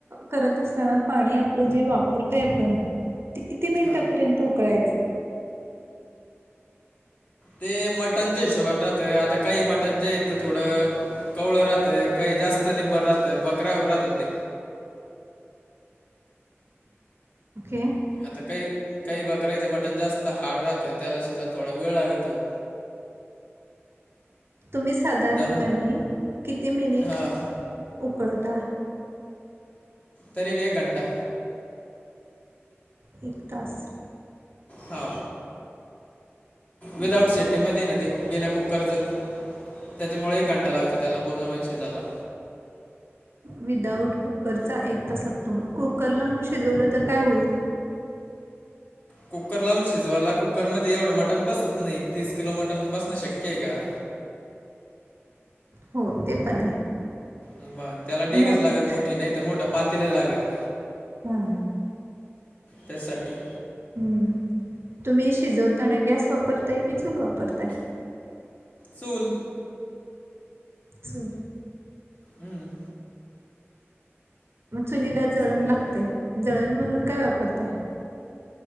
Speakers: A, on the right (about 60°); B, on the left (about 35°).
A: करत असताना पाणी आपलं जे वापरतय आपण ते किती मिनिटापर्यंत
B: हा
A: उकळायचं?
B: ते मटनच्या हिशोबान राहत आता काही मटणचे आहेत तर थोडं कवळं राहतंय काही जास्त निबर राहतय बकऱ्यावर राहत ते
A: ओके.
B: आता काही काही बकरायचं मटण जास्त हारड राहतं त्याला शेजायला थोडा वेळ लागतो.
A: तुम्ही साधारणपणे
B: धरून
A: किती मिनिट
B: हां
A: उकळता.
B: करीब एक घंटा
A: एक तास.
B: हा
A: हो
B: विदाउट
A: का
B: सेट्टी मध्ये ना ते बिना कुक्कर त्याच्यामुळे एक घंटा लागतो त्याला पूर्णपणे शिजयला.
A: विदाउट कुकरचा एक तास लागतो. मग कुकर लावून शिजवलं तर काय होईल?
B: कुकरला लावून शिजवायला कुकर मध्ये एवढं मटण बसत नाही. तीस किलो मटन बसणं शक्य आहे का?
A: हो ते पण आहे.
B: बग त्याला डेगच
A: मोठ
B: लागल मोठी, नाही तर मोठं पातीला लागल
A: हां
B: त्यासाठी
A: हम्म तुम्ही शिजवताना गॅस वापरताय कि चूल वापरता?
B: चूल.
A: चूल.
B: हम्म.
A: मग चुलीला जळण
B: चूल वापर
A: लागते जळण म्हणून काय वापरताय?